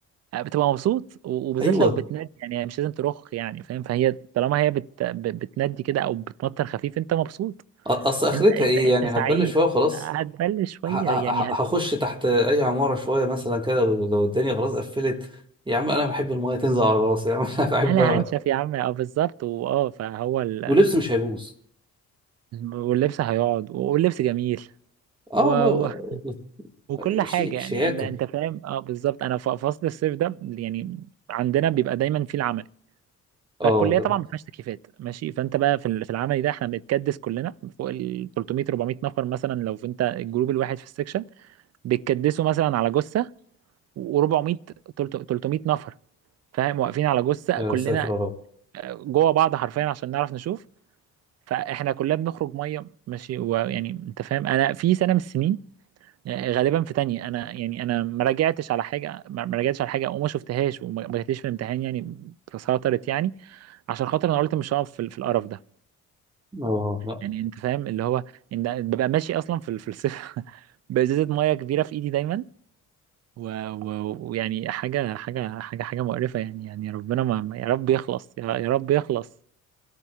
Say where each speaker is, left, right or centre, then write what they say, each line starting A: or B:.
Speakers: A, on the right; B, on the right.
A: آه، بتبقى مبسوط و- وبالذات
B: ايوه
A: لو بتنادي يعني مش لازم ترخ يعني فاهم فهي طالما هي بت... ب- بتنادي كده او بتمطر خفيف انت مبسوط
B: أ- اصل اخرتها
A: انت انت
B: ايه
A: انت
B: يعني
A: سعيد
B: هتبلش شويه وخلاص
A: هتبل شويه
B: ه- ه-
A: يعني
B: ه-
A: هتبل
B: هخش تحت
A: شويه
B: اي عماره شويه مثلا كده ولو الدنيا خلاص قفلت يا عم انا بحب المايه تنزل على راسي يا عم <laughs> انا بحب
A: انا هنشف يا عم اه بالظبط واه فهو ال...
B: ولبس مش هيبوظ
A: واللبس هيقعد واللبس جميل
B: اه
A: و...
B: والله
A: وكل حاجة
B: شي...
A: يعني
B: شياكه
A: انت انت فاهم اه بالظبط انا ف- فصل الصيف ده يعني عندنا بيبقى دايما فيه العملي
B: اه
A: فالكلية
B: ده
A: طبعا
B: نعم.
A: ما فيهاش تكييفات ماشي فانت بقى في ال- في العملي ده احنا بنتكدس كلنا فوق ال 300 400 نفر مثلا لو في انت الجروب الواحد في السكشن بيتكدسوا مثلا على جثة و400 300 نفر فاهم واقفين على جثة
B: يا
A: كلنا
B: ساتر يا رب
A: آه، جوه بعض حرفيا عشان نعرف نشوف فاحنا كلنا بنخرج ميه ماشي ويعني انت فاهم انا في سنة من السنين يعني غالبا في تانية انا يعني انا ما راجعتش على حاجه ما ما راجعتش على حاجه وما شفتهاش وما ما جاتليش في الامتحان يعني تسيطرت يعني عشان خاطر انا قلت مش هقف في, في القرف ده
B: اه لا
A: يعني انت فاهم اللي هو ان ده- ببقى ماشي اصلا في, في الصيف <laughs> بازازه ميه كبيره في ايدي دايما و- و- ويعني حاجه حاجه حاجه حاجه مقرفه يعني يعني ربنا ما ما- يا رب يخلص يا يا رب يخلص